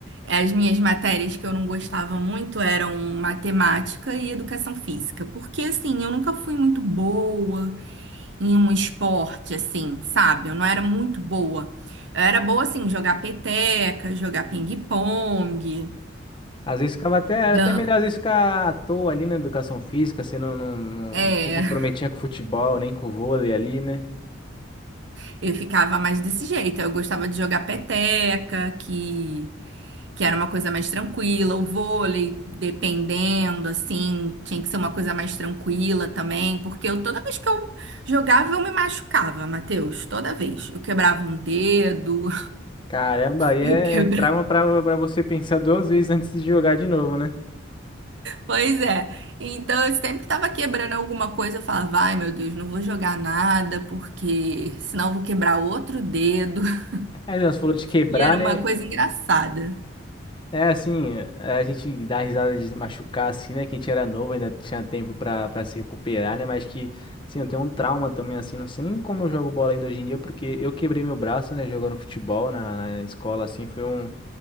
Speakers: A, on the right; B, on the left.
A: As minhas matérias que eu não gostava muito eram matemática e educação física, porque assim, eu nunca fui muito boa. em um esporte, assim, sabe? Eu não era muito boa. Eu era boa, assim, jogar peteca, jogar ping-pong,
B: Às vezes ficava até, era
A: dan...
B: até melhor às vezes ficar à toa ali na educação física, você não, não,
A: É,
B: não se comprometia com o futebol, nem com o vôlei ali, né?
A: <laughs> eu ficava mais desse jeito. Eu gostava de jogar peteca, que, que era uma coisa mais tranquila. O vôlei, dependendo, assim, tinha que ser uma coisa mais tranquila também, porque eu, toda vez que eu jogava, eu me machucava, Matheus. Toda vez. Eu quebrava um dedo,
B: Caramba, aí é,
A: <laughs> eu quebrava.
B: é trauma pra, pra você pensar duas vezes antes de jogar de novo, né?
A: Pois é. Então eu sempre tava quebrando alguma coisa. Eu falava, ai meu Deus, não vou jogar nada, porque senão eu vou quebrar outro dedo. <laughs>
B: Aí não, você falou de quebrar,
A: E era
B: né?
A: uma coisa engraçada.
B: É, assim, é, a gente dá risada de se machucar, assim, né? Que a gente era novo, ainda tinha tempo pra, pra se recuperar, né? Mas que, assim, eu tenho um trauma também, assim, não sei nem como eu jogo bola ainda hoje em dia, porque eu quebrei meu braço, né? Jogando futebol na, na escola, assim, foi um,